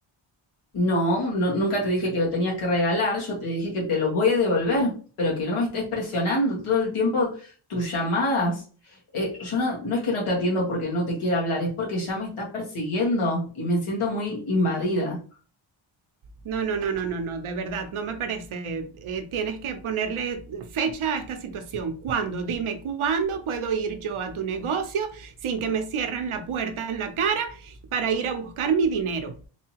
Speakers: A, on the left; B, on the right.
A: No, no, nunca te dije que lo tenías que regalar, yo te dije que te lo voy a devolver, pero que no me estés presionando todo el tiempo tus llamadas. Eh, yo no, no es que no te atiendo porque no te quiera hablar, es porque ya me estás persiguiendo y me siento muy invadida.
B: No, no, no, no, no, no, de verdad, no me parece. Eh, tienes que ponerle fecha a esta situación. ¿Cuándo? Dime cuándo puedo ir yo a tu negocio sin que me cierren la puerta en la cara para ir a buscar mi dinero.